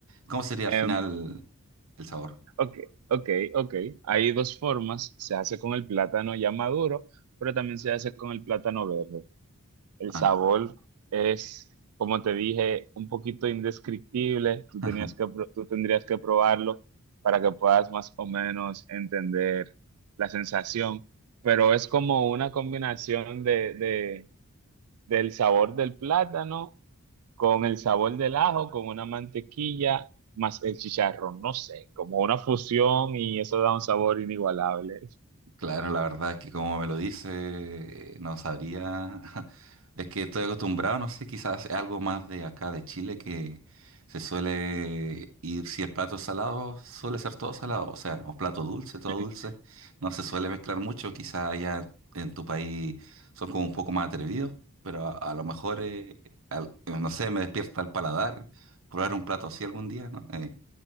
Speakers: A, on the right; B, on the right.
A: ¿cómo sería al
B: Em,
A: final el sabor?
B: ok, ok, ok. Hay dos formas. Se hace con el plátano ya maduro, pero también se hace con el plátano verde. El
A: Ajá.
B: sabor es, como te dije, un poquito indescriptible. Tú
A: <laughs>
B: tenías que, pro- tú tendrías que probarlo para que puedas más o menos entender la sensación. Pero es como una combinación de, de- del sabor del plátano con el sabor del ajo, con una mantequilla, más el chicharrón. No sé, como una fusión y eso da un sabor inigualable.
A: Claro, la verdad es que como me lo dice, eh, no sabría. <laughs> Es que estoy acostumbrado, no sé, quizás es algo más de acá de Chile que se suele ir, si el plato es salado, suele ser todo salado, o sea, o plato dulce,
B: <laughs>
A: todo dulce, no se suele mezclar mucho, quizás allá en tu país son como un poco más atrevidos, pero a, a lo mejor, eh, al- eh, no sé, me despierta el paladar probar un plato así algún día, ¿no? Eh,